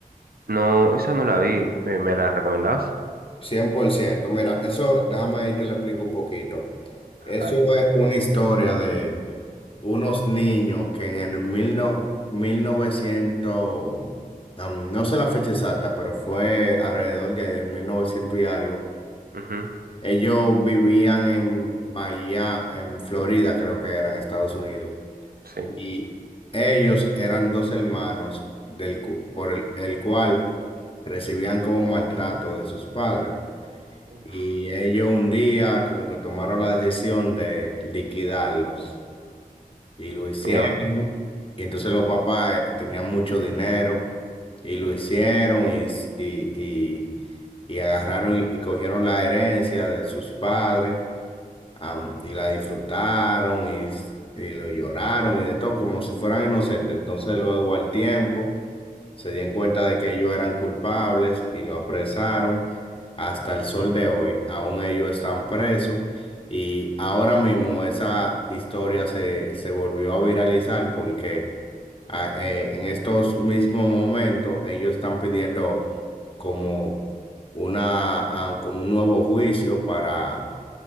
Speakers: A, on the right; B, on the left.
A: No, esa no la vi. ¿Me, me la recomendabas?
B: 100%. Mira, eso, déjame ahí te lo explico un poquito. Eso
A: Vale.
B: es una historia de... unos niños que en el mil no- 1900, am, no sé la fecha exacta, pero fue alrededor de ahí del 1900 y algo.
A: Ujú,
B: Ellos vivían en Bahía, en Florida, creo que era en Estados Unidos.
A: Sí.
B: Y ellos eran dos hermanos del, cu- por el, el cual recibían como maltrato de sus padres.
A: Uf,
B: Y ellos un día como que tomaron la decisión de liquidarlos. Y lo hicieron.
A: mira,
B: Y entonces los papás eh, tenían mucho dinero y lo hicieron y, s- y, y- y agarraron y, y cogieron la herencia de sus padres am, y la disfrutaron y, s- y lo lloraron y de todo como si fueran inocentes. Entonces luego al tiempo se dieron cuenta de que ellos eran culpables y lo apresaron hasta el sol de hoy. Aún ellos están presos y ahora mismo esa historia se, se volvió a viralizar porque ah, eh, en estos mismos momentos ellos están pidiendo como una, ah, como un nuevo juicio para